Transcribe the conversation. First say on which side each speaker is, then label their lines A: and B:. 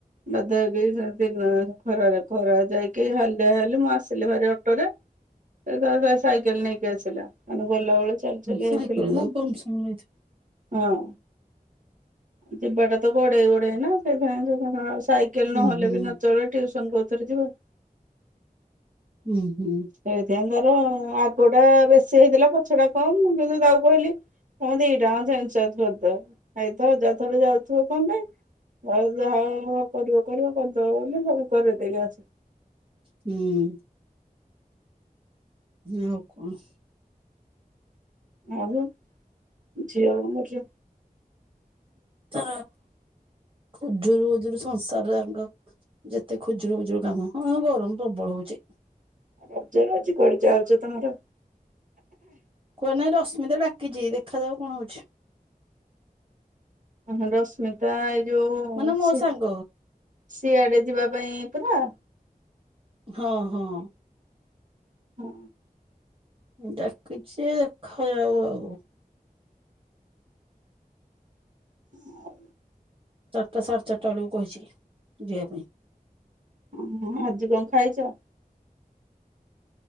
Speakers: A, on the right; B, on the right.
A: ବାଧ୍ୟ ହେଇକି ଦିନ ଖରାରେ ଖରା ଯାଇକି ହାଲିଆ ହେଲି ମୁଁ ଆସିଲି ଭାରି ଅ ଟୋରେ ଏ ତାର ତା ସାଇକେଲ ନେଇକି ଆସିଲା। ମାନେ ଗଲାବେଳେ ଚାଲି ଚାଲି
B: ସାଇକେଲ
A: ଯାଇଥିଲି
B: ଯାକ
A: ନା
B: କମ ସମୟ ହେଇଥିବ
A: ହଁ। ଯିବାଟା ତ ଗଡେଇ ଗଡେଇ ନା ସେଇଥିାଇଁ ଯ କେଲ
B: ହୁଁ
A: ନହଲେ
B: ହୁଁ
A: ବି ନ ଚଳେ ଟ୍ୟୁସନ କୋଉ ଥେରେ ଯିବ।
B: ହୁଁ ହୁଁ।
A: ସେଇଥିାଇଁ ତାର ଆଗଟା ବେଶୀ ହେଇଥିଲା ପଛଟା କମ୍ ମୁଁ କିନ୍ତୁ ତାକୁ କହିଲି ତମେ ଦିଟା ଆକ ଚେଞ୍ଜ ଚାଞ୍ଚ କରିଦବ ଏଇଥ ଯଥହଲେ ଯାଉଥିବ କଣ ପାଇଁ। ଆଉ ଯାହା କରିବ କରିବ କରିଦବ ବୋଲି ସବୁ କରେଇ ଦେଇକି ଆସ।
B: ହୁଁ। ଆଉ କଣ?
A: ଆ ଝିଅ କଣ କରୁଚି?
B: ତ ଉଜରୁ ଉଜରୁ ସଂସାର ଯାଙ୍କ ଯେତେ ଖୁଜୁରୁ ଖୁଜୁରୁ କାମ ହଁ ଗରମ ପ୍ରବଳ ହଉଚି।
A: ରଜ ଆଜି କୁଆଡେ ଯାଉଚ ତମର?
B: କୁଆଡେ ନାହିଁ ରଶମିତା ଡାକିଚି ଦେଖାଯାଉ କଣ ହଉଛି।
A: ହଁ ହଁ ରଶ୍ମିତା ଏଇ ଯୋଉ
B: ମାନେ ମୋ
A: ସେ
B: ସାଙ୍ଗ
A: ସିଆଡେ ଯିବା ପାଇଁ ପୁରା।
B: ହଁ ହଁ।
A: ହଁ।
B: ଡାକିଚି ଦେଖାଯାଉ ଆଉ।
A: ହଁ।
B: ଚାରିଟା ସାଢେ ଚାରିଟା ବେଳୁକୁ କହିଛି ଯିବା ପାଇଁ।
A: ଅଁ ହଁ ଆଜି କଣ ଖାଇଚ?